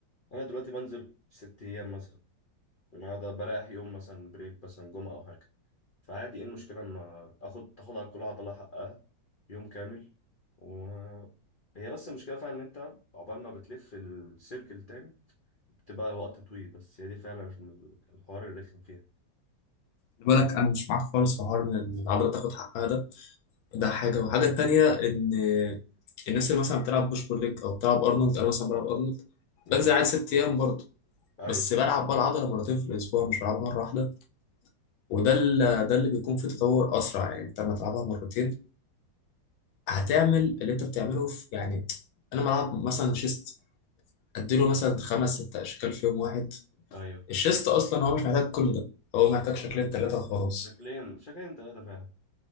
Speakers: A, on the left; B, on the left.
A: أنا دلوقتي بنزل ست أيام مثلا النهاردة بريح يوم مثلا بريك مثلا جمعة أو حاجة فعادي إيه المشكلة لما آخد تاخد على كل عضلة حقها يوم كامل و هي بس المشكلة فعلا إن أنت عقبال ما بتلف السيركل تاني بتبقى وقت طويل بس هي دي فعلا الحوار الرخم فيها
B: خلي بالك انا مش معاك خالص في حوار ان العضله تاخد حقها ده ده حاجه والحاجه التانيه ان الناس اللي مثلا بتلعب بوش بول ليج او بتلعب ارنولد انا مثلا بلعب ارنولد بنزل
A: امم
B: عادي ست ايام برضه
A: ايوه
B: بس بلعب بقى العضله مرتين في الاسبوع مش بلعبها مره واحده وده اللي ده اللي بيكون فيه تطور اسرع يعني انت لما تلعبها مرتين هتعمل اللي انت بتعمله في يعني انا بلعب مثلا شيست اديله مثلا خمس ست اشكال في يوم واحد
A: ايوه
B: الشيست اصلا هو مش محتاج كل ده هو محتاج شكلين ثلاثه وخلاص
A: شكلين شكلين تلاتة فعلا